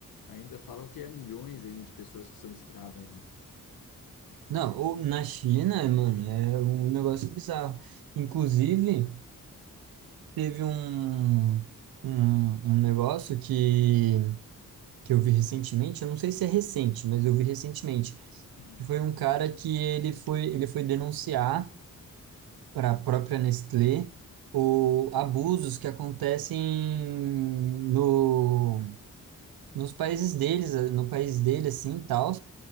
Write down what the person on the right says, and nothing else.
Não, ou na China, mano, é um negócio bizarro. Inclusive, teve um, um, um negócio que que eu vi recentemente, eu não sei se é recente, mas eu vi recentemente,
que foi um cara que ele foi, ele foi denunciar para a própria Nestlé o abusos que acontecem no, nos países deles, no país dele, assim, tal,